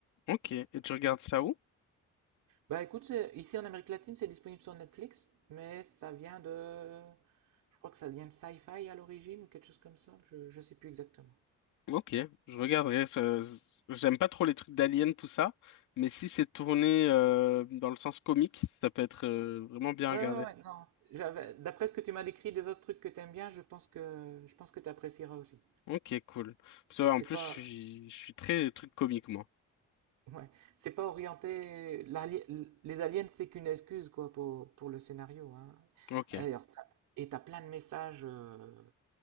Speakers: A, on the left; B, on the right.
A: ok. Et tu regardes ça où?
B: Bah écoute, c'est- ici en Amérique latine, c'est disponible sur Netflix, mais ça vient de, je crois que ça vient de Sci-Fi à l'origine ou quelque chose comme ça. Je je sais plus exactement.
A: Ok, je regarderai. ce- ce- J'aime pas trop les trucs d'aliens, tout ça, mais si c'est tourné euh, dans le sens comique, ça peut être euh, vraiment bien
B: Ouais
A: regardé.
B: ouais ouais non. J'avais, d'après ce que tu m'as décrit des autres trucs que t'aimes bien, je pense que je pense que tu apprécieras aussi.
A: Ok, cool. Parce que,
B: C'est
A: ouais, en
B: c'est
A: plus,
B: pas
A: je suis, je suis très truc comique, moi.
B: Ouais, c'est pas orienté. l'ali- l- Les aliens, c'est qu'une excuse quoi pour, pour le scénario. Hein.
A: Ok.
B: Alors, t'as- et t'as plein de messages, euh,